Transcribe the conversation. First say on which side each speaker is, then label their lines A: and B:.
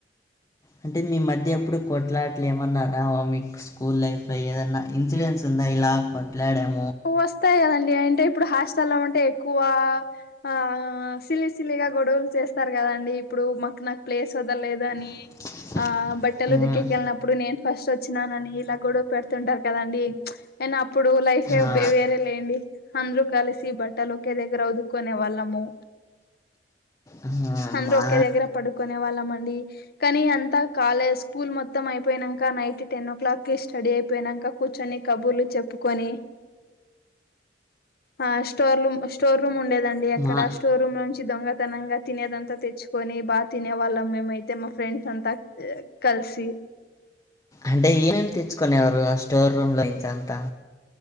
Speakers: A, on the left (about 20°); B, on the left (about 60°).
A: అంటే మీ మధ్య ఎప్పుడు కొట్లాటలు ఏమన్నా రావా మీకు స్కూల్ లైఫ్ లో ఏదన్నా ఇన్సిడెంట్స్. గుర్తుందా ఇలా కొట్లాడం.
B: టూ వస్తాయి కదండి అయింటే ఇప్పుడు హాస్టల్ల్లో ఉంటే ఎక్కువ. ఆ సిలి సిలిగా గొడవలు చేస్తారు కదండి ఇప్పుడు మాకు నాకు ప్లేస్ వదలేదు అని.
A: <inaudible>
B: ఆ బట్టలు
A: ఉమ్.
B: ఉతికే కేళ్ళినప్పుడు నేన్. ఫస్ట్ వచ్చినానని ఇలా గొడవ పెడుతుంటారు కదండి నేను అప్పుడు లైట్ హె
A: ఆ!
B: బ్చే వేరే లేండి అందరూ కలిసి బట్టలు ఒకే దగ్గర ఉతుకునే వాళ్ళము.
A: ఆ!
B: అందరూ
A: మా
B: ఒకే దగ్గర పడుకునే వాళ్ళం అండి. కానీ అంతా కాలే స్కూల్ మొత్తం అయిపోయినాక నైట్ టెన్ ఓ క్లాక్ కి స్టడీ అయిపోయినాక. కూర్చొని కబుర్లు చెప్పుకొని. ఆ స్టోర్ రూమ్ స్టోర్ రూమ్ ఉండేదండి అక్కడ
A: మా
B: స్టోర్ రూమ్ నుంచి దొంగతనంగా. తినేదంతా తెచ్చుకొని బాగా తినే వాళ్ళం మేమయితే మా ఫ్రెండ్స్ అంతా కలిసి.
A: అంటే ఏమేమి తెచ్చుకునేవరు ఆ స్టోర్ రూమ్ లో నుంచి అంతా.